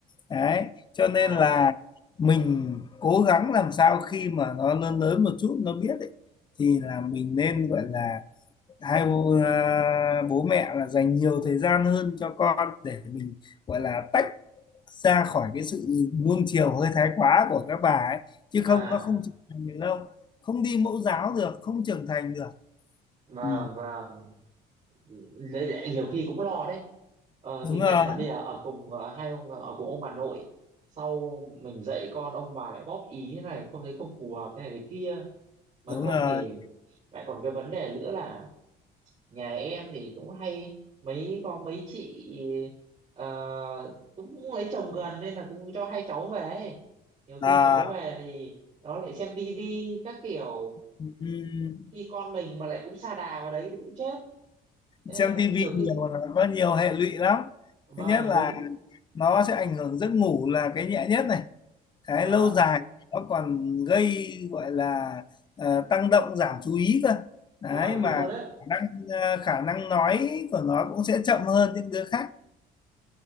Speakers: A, on the left; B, on the right.
A: đấy cho nên
B: À
A: là mình cố gắng làm sao khi mà nó lớn lớn một chút nó biết ấy, thì là mình nên gọi là hai bố, à, bố mẹ là dành nhiều thời gian hơn cho con để mình gọi là tách ra khỏi cái sự nuông chiều hơi thái quá của các bà ấy chứ
B: à
A: không nó không trưởng thành được đâu không đi mẫu giáo được không trưởng thành được
B: vâng
A: ừ,
B: vâng. Lấy lại nhiều khi cũng lo đấy ờ,
A: đúng
B: thứ nhất
A: rồi
B: là bây giờ ở cùng ờ, hai ông ờ, ở cùng ông bà nội sau mình dạy con ông bà lại góp ý thế này không thấy không phù hợp thế này thế kia mà
A: đúng
B: không
A: rồi
B: thì lại còn cái vấn đề nữa là nhà em thì cũng hay mấy con mấy chị ờ, cũng lấy chồng gần nên là cũng cho hai cháu về ấy. nhiều
A: à,
B: khi cháu về thì nó lại xem tivi các kiểu
A: ừ,
B: khi con mình mà lại cũng sa đà vào đấy thì cũng chết đấy
A: xem
B: là
A: tivi
B: nhiều
A: nhiều
B: khi
A: là có nhiều hệ lụy lắm
B: vâng
A: thứ nhất là
B: đúng
A: nó sẽ ảnh hưởng giấc ngủ là cái nhẹ nhất này cái
B: vâng
A: lâu dài nó còn gây gọi là ờ, tăng động giảm chú ý cơ đấy
B: vâng
A: mà
B: đúng rồi đấy
A: khả năng ờ, khả năng nói của nó cũng sẽ chậm hơn những đứa khác